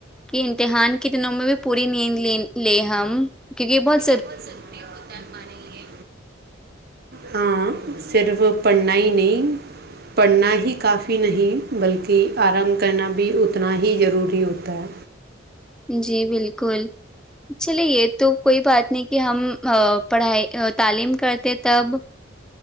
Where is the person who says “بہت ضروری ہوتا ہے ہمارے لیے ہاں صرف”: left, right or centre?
Right